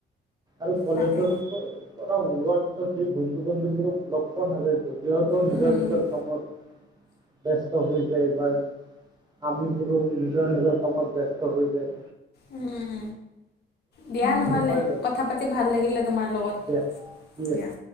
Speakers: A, on the right (about 20°); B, on the left (about 55°).
A: আৰু কলেজৰ
B: তাকে
A: ওলোৱাৰ পিছত সেই বন্ধু-বান্ধৱবোৰক লগ পোৱা নাযায়তো। সিহঁতও
B: উম,
A: নিজৰ
B: উম,
A: নিজৰ কামত ব্যস্ত হৈ যায় বা আমিবোৰো নিজৰ নিজৰ কামত ব্যস্ত হৈ যায়।
B: উম উম। দিয়া নহ'লে
A: হয় বাৰু
B: কথা পাতি ভাল লাগিলে তোমাৰ লগত
A: দিয়া ঠিক
B: দিয়া।
A: আছে